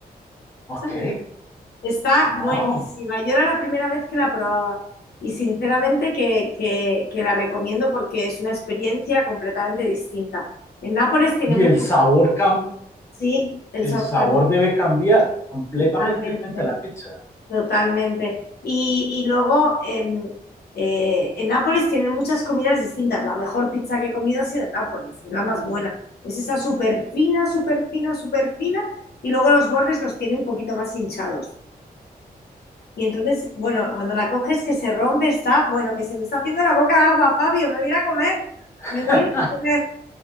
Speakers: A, on the left; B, on the left.
A: Ok,
B: ¿sabes? Está
A: wow.
B: buenísima. Yo era la primera vez que la probaba y sinceramente que, que, que la recomiendo porque es una experiencia completamente distinta. En Nápoles tiene
A: Y
B: mucho
A: el sabor, cam
B: Sí, el
A: el
B: sabor
A: sabor
B: cambia
A: debe cambiar completamente
B: totalmente,
A: frente a la pizza.
B: totalmente. Y, y luego en, eh, en Nápoles tienen muchas comidas distintas. La mejor pizza que he comido ha sido en Nápoles, es la más buena. Es esa súper fina, súper fina, súper fina, y luego los bordes los tiene un poquito más hinchados. Y entonces, bueno, cuando la coges que se rompe, está, bueno, que se me está haciendo la boca agua, Fabio, me voy a ir a comer,
A: <laughs>
B: me voy a ir a comer,